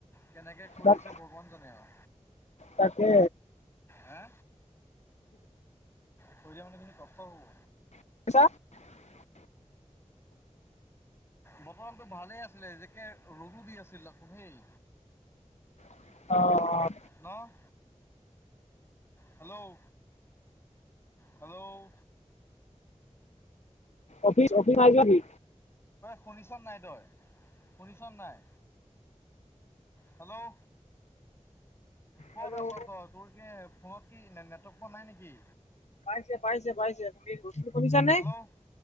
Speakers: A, on the left; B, on the left.
A: কেনেকৈ খৈ
B: তাক
A: দিছে ভগৱান জানে আৰু
B: তাকে
A: হে? পৰিয়াল মানুহ খিনি কষ্ট হ'ব।
B: <unintelligible>
A: বৰ্তমানটো ভালেই আছিলে এ যেকে ৰ'দো দি আছিল দেখোন হেই।
B: অ', অ',
A: ন' হেল্ল' হেল্ল'
B: অফিচ অফিচ নাইজাৰি
A: শুনিছা নাই তই শুনিছা নাই? হেল্ল' ক'ত
B: হেল্ল'
A: আছ তই, তোৰ কি ফোনত কি নেটৱৰ্ক পোৱা নাই নেকি?
B: পাইছে পাইছে তুমি বস্তুটো শুনিছানে?
A: হেল্ল'